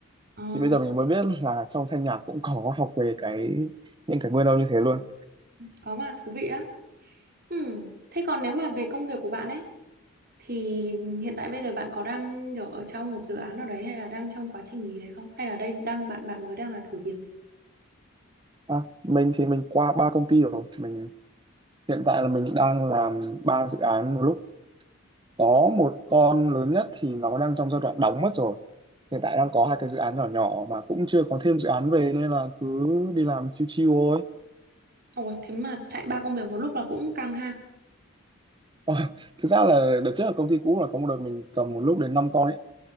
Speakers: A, on the right (about 45°); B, on the right (about 20°).
A: ờ,
B: thì bây giờ mình mới biết là trong thanh nhạc cũng có học về cái những cái nguyên âm như thế luôn
A: có mà thú vị đó ừ. thế còn nếu mà về công việc của bạn ấy thì hiện tại bây giờ bạn có đang kiểu ở trong một dự án nào đấy hay là đang trong quá trình gì đấy không hay là đây đang bạn bạn mới đang là thử việc
B: à, mình thì mình qua ba công ty rồi mình hiện tại là mình đang làm ba dự án một lúc có một con lớn nhất thì nó đang trong giai đoạn đóng mất rồi hiện tại đang có hai cái dự án nhỏ nhỏ mà cũng chưa có thêm dự án về nên là cứ đi làm chiêu chiêu thôi
A: Ồ, thế mà chạy ba công việc một lúc là cũng căng ha.
B: Ờ, thực ra là đợt trước ở công ty cũ là có một đợt mình cầm một lúc đến 5 con ấy.